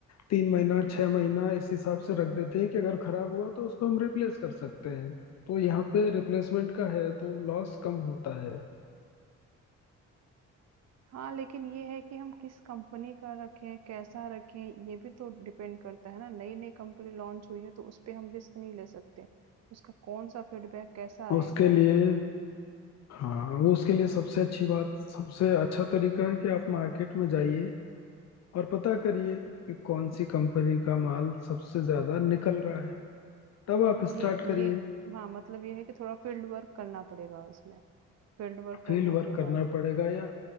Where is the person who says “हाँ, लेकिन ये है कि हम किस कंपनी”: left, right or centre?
Right